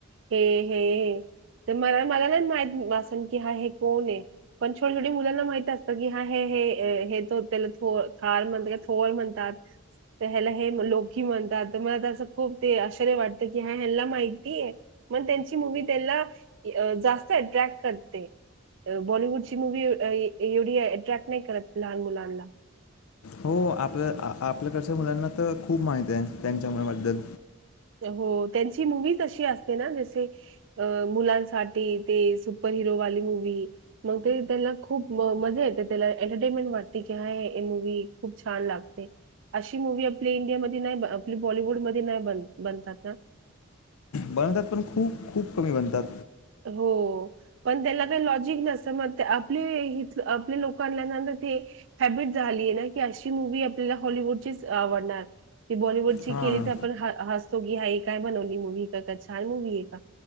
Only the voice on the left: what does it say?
हो आपल्या आपल्याकडच्या मुलांना तर खूप माहित आहे त्यांच्याबद्दल
बनतात पण खूप खूप कमी बनतात
हां